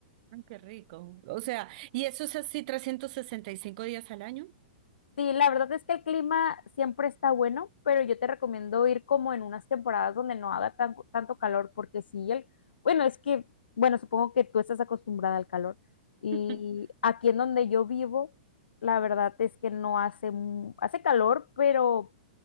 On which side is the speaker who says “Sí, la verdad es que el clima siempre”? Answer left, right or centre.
Left